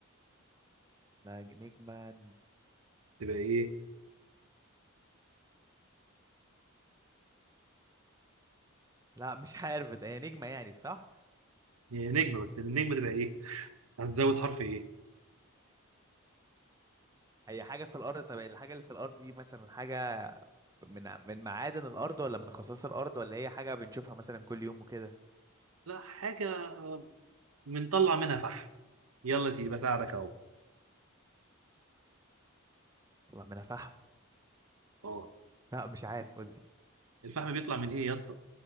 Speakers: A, on the right; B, on the right.
A: لا ج- نجمة
B: تبقى إيه
A: لا مش عارف بس هي نجمة يعني صح
B: هي نجمة بس النجمة تبقى إيه هتزود
A: نج-
B: حرف إيه
A: هي حاجة في الأرض طب الحاجة اللي في الأرض دي مثلا حاجة من ع- من معادن الأرض ولا من خصائص الأرض ولا هي حاجة بنشوفها مثلا كل يوم وكده
B: لا حاجة بنطلع منها فحم يلا يا سيدي بساعدك أهو
A: والله ما أنا فاهم
B: أه
A: لا مش عارف قلت
B: الفحم بيطلع من إيه يا اسطى